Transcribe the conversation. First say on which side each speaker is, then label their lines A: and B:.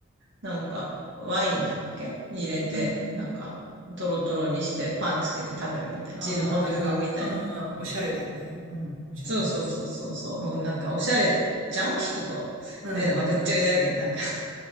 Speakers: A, on the right; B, on the right.
A: なんかワインだっけ入れて、
B: うん
A: なんかトロトロにしてパンつけて食べるみたいな、
B: あ、
A: チーズフォンデュ風みたいな。
B: まあなんか、うんうん、おしゃれだよね。うん、おしゃれね。
A: そうそうそうそうそう、もうなんかおしゃれじゃん、聞くと。
B: うん。
A: だけど、まあ、ぐっちゃぐちゃだけど、なんか